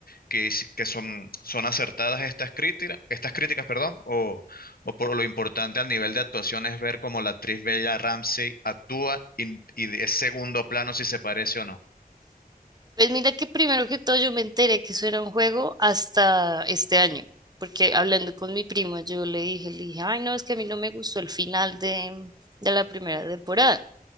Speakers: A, on the left (about 75°); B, on the right (about 25°).
A: que, hici- que son, son acertadas estas críticas, estas críticas, perdón, o, o por lo importante al nivel de actuación es ver cómo la actriz Bella Ramsey actúa y, y de es segundo plano si se parece o no?
B: Pues mira que primero que todo yo me enteré que eso era un juego hasta este año, porque hablando con mi primo yo le dije, le dije, ay no, es que a mí no me gustó el final de, de la primera temporada.